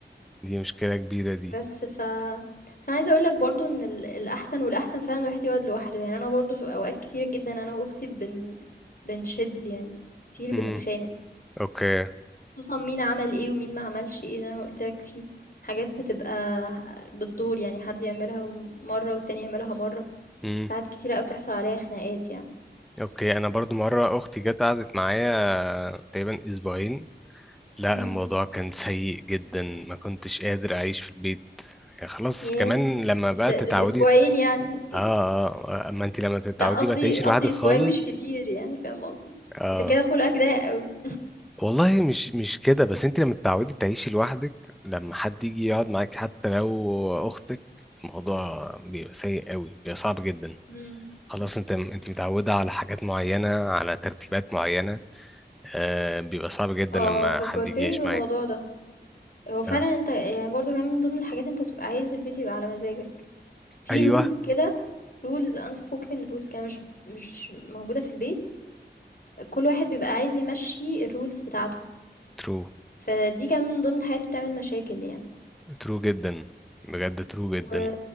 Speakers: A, in the centre; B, on the left.
A: دي مشكلة كبيرة دي
B: بس ف بس أنا عايزة أقول لك برضه إن ال الأحسن والأحسن فعلًا الواحد يقعد لوحده، يعني أنا برضه في أوقات كتيرة جدًا أنا وأختي بن بنشِد يعني، كتير
A: امم
B: بنتخانق،
A: أوكي
B: خصوصًا مين عمل إيه ومين ما عملش إيه، زي ما قُلت لك في حاجات بتبقى بالدور يعني حد يعملها م مرّة والتاني يعملها مرّة،
A: امم
B: ساعات كتيرة أوي بتحصل عليّا خناقات يعني.
A: أوكي أنا برضو مرة أختي جت قعدت معايا تقريبا أسبوعين لا
B: إمم،
A: الموضوع كان سيء جدا ما كنتش قادر اعيش في البيت يعني خلاص
B: ياه!
A: كمان لما
B: بس
A: بقى
B: دول
A: تتعودي
B: أسبوعين يعني،
A: اه اه اما انت لما تتعودي
B: لأ قصدي
A: بقى تعيشي
B: قصدي
A: لوحدك
B: أسبوعين
A: خالص
B: مش كتير يعني، فاهم قصدي؟
A: اه
B: أنت كده خُلقك ضيّق أوي.
A: والله مش مش كده بس انت لما تتعودي تعيشي لوحدك لما حد يجي يقعد معاك حتى لو اختك الموضوع بيبقى سيء قوي بيبقى صعب جدا
B: إمم،
A: خلاص انت انت متعودة على حاجات معينة على ترتيبات معينة آه بيبقى صعب جدا
B: آه،
A: لما
B: فكّرتني
A: حد يجي يعيش
B: بالموضوع
A: معاك
B: ده. هو فعلًا
A: آه.
B: أنت يعني برضه كمان من ضمن الحاجات أنت بتبقى عايز البيت يبقى على مزاجك، في
A: ايوه
B: rules كده rules unspoken rules كده مش بت مش موجودة في البيت، كل واحد بيبقى عايز يمشّي الrules بتاعته،
A: ترو
B: فدي كمان من ضمن الحاجات اللي بتعمل مشاكل يعني،
A: ترو جدا بجد ترو جدا
B: و